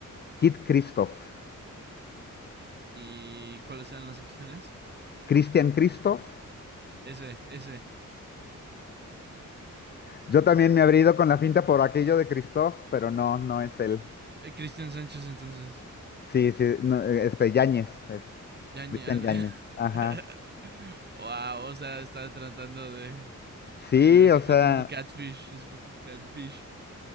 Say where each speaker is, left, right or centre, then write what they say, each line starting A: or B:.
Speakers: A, on the left; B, on the right.
A: Kid Christoph.
B: ¿Y cuáles eran las opciones?
A: Christian Christoph.
B: Ese, ese.
A: Yo también me habría ido con la finta por aquello de Christoph, pero no, no es él.
B: Eh, Cristian Sánchez, entonces.
A: Sí, sí, no, este, Yáñez, es
B: Ya, ña-
A: Cristian Yáñez. Ajá.
B: <laughs> Wow, o sea, está tratando de.
A: Sí,
B: Bueno, eso
A: o sea,
B: fue como un catfish. Eso fue como un catfish.